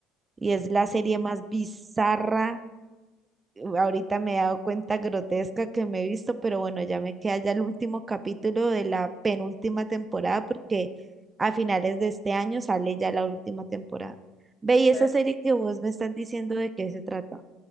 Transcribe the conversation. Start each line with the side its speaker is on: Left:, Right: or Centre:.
Right: Y
Left: Eh,
Right: es la serie
Left: eh,
Right: más bizarra ahorita me he dado cuenta grotesca que me he visto, pero bueno, ya me queda ya el último capítulo de la penúltima temporada porque a finales de este año sale ya la última temporada. Ve,
Left: ¿Y
Right: y
Left: cuál-
Right: esa serie
Left: sí.
Right: que vos me estás diciendo de qué se trata.